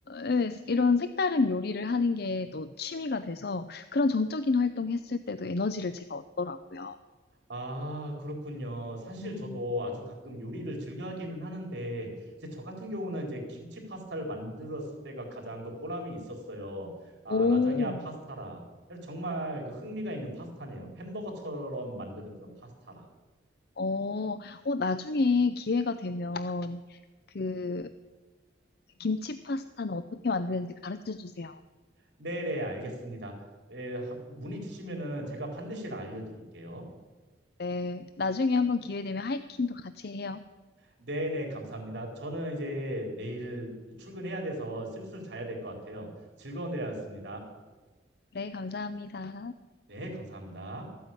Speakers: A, on the left; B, on the right.
A: 예, 이런 색다른 요리를 하는 게 또 취미가 돼서 그런 정적인 활동 했을 때도 에너지를 제가 얻더라고요.
B: 아, 그렇군요. 사실
A: 음.
B: 저도 아주 가끔 요리를 즐겨 하기는 하는데, 이제 저 같은 경우는 이제 김치 파스타를 만들었을 때가 가장 그 보람이 있었어요. 아,
A: 오,
B: 라자냐 파스타라. 정말 그 흥미가 있는 파스타네요. 햄버거처럼 만드는 그런 파스타라.
A: 어, 어, 나중에 기회가 되면 그 김치 파스타는 어떻게 만드는지 가르쳐 주세요.
B: 네네, 알겠습니다. 예, 하- 문의 주시면은 제가 반드시 알려드릴게요.
A: 네, 나중에 한번 기회 되면 하이킹도 같이 해요.
B: 네네, 감사합니다. 저는 이제 내일 출근해야 돼서 슬슬 자야 될 것 같아요. 즐거운 대화였습니다.
A: 네, 감사합니다.
B: 네, 감사합니다.